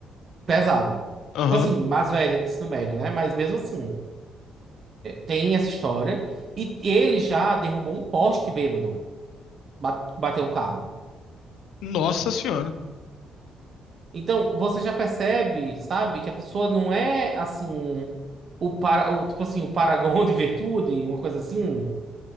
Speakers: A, on the right; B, on the left.
A: pesado.
B: Aham.
A: Tipo assim, mais velha de ensino médio, né? Mas mesmo assim... Tem essa história. E ele já derrubou um poste bêbado. ba- Bateu o carro.
B: Nossa senhora.
A: Então, você já percebe, sabe, que a pessoa não é assim. O para, o- tipo assim, o paragon de virtude, uma coisa assim.